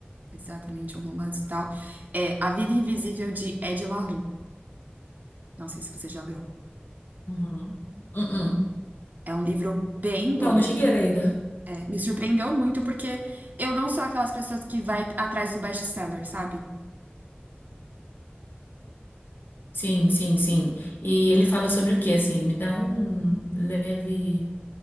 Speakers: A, on the right (about 45°); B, on the left (about 55°).
A: exatamente um romance e tal, é A Vida Invisível de Ed La Rue. Não sei se você já leu.
B: Uhum. Uhum.
A: É um livro bem bom.
B: Não, não cheguei a ler ainda.
A: É, me surpreendeu muito porque eu não sou aquelas pessoas que vai atrás do best-seller, sabe?
B: Sim, sim, sim. E ele fala sobre o quê, assim? Me dá um leve